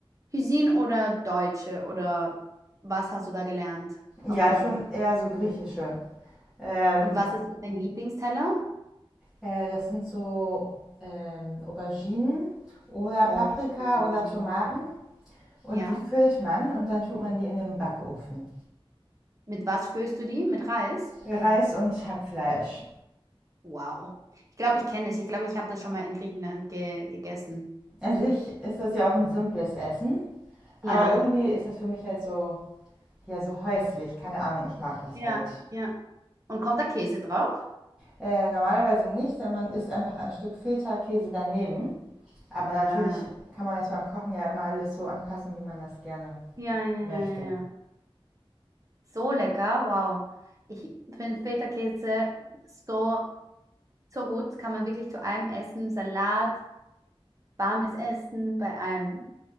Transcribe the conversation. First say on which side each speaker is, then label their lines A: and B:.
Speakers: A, on the right (about 35°); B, in the centre.
A: Cuisine oder deutsche oder was hast du da gelernt hauptsächlich?
B: Ja, schon eher so griechische ähm,
A: Und was ist so Ähm, dein Lieblingsteller?
B: Äh, das sind so ähm, Auberginen oder Paprika
A: Oh, ich liebe Auberginen.
B: oder Tomaten und
A: Ja.
B: die füllt man und dann tut man die in den Backofen.
A: Mit was füllst du die? Mit Reis?
B: Reis und Hackfleisch.
A: Wow. Ich glaube, ich kenne es. Ich glaube, ich habe das schon mal in Griechenland ge gegessen.
B: An sich ist das ja auch ein simples Essen, aber
A: Ja.
B: irgendwie ist das für mich halt so, ja, so häuslich. Keine Ahnung, ich mag das
A: Ja,
B: halt.
A: ja. Und kommt da Käse drauf?
B: Äh, normalerweise nicht, denn man isst einfach ein Stück Feta-Käse daneben. Aber natürlich
A: Ah.
B: kann man das beim Kochen ja immer alles so anpassen, wie man das gerne
A: Ja, ja, ja,
B: möchte.
A: ja. ja. So lecker. Wow. Ich finde Feta-Käse so, so gut. Kann man wirklich zu allem essen. Salat, warmes Essen, bei allem.